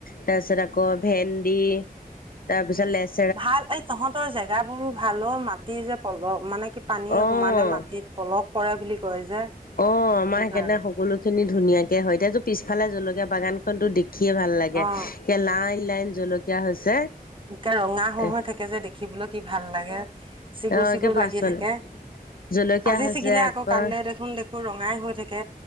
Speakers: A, on the left (about 65°); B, on the right (about 35°).
A: তাৰ পিছত আকৌ ভেন্দি, তাৰ পিছত লেচ
B: ভাল এই তহঁতৰ জেগাবোৰো ভালো, মাট টি যে পলস মানে কি পানীয়ে
A: অ',
B: সোমালে মাটিত পলস পৰে বুলি কয় যে
A: অ'
B: সেইটো
A: আমাৰ হেই
B: কাৰণে।
A: কাৰনে সকলো খিনি ধুনীয়াকে হয়। এতিয়াটো পিছফালে জলকীয়া বাগানখনটো দেখিয়ে ভাল লাগে।
B: অ',
A: একে লাইন লাইন জলকীয়া হৈছে।
B: একে ৰঙা হৈ
A: অ
B: হৈ থাকে যে দেখিবলৈ কি ভাল লাগে। চিগু
A: অ'
B: চিগু
A: একে পাছ
B: লাগি
A: ফালে।
B: থাকে।
A: জলকীয়া
B: আজি
A: হৈছে
B: ছিগিলে
A: আকৌ
B: কালিলৈ দেখোন দেখো ৰঙাই হৈ থাকে।